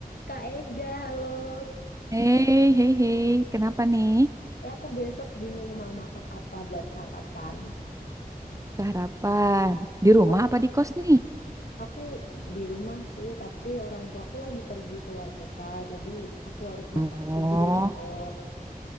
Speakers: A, on the left; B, on the right.
A: Kak Ega, halo.
B: Hei, hei, hei, kenapa nih?
A: Ya, aku besok bingung mau masak apa buat sarapan.
B: Keharapan. Di rumah
A: Oh.
B: apa di kos nih?
A: Aku di rumah sih, tapi orang tuaku lagi pergi keluar kota, jadi aku harus
B: Oh,
A: masak sendiri besok.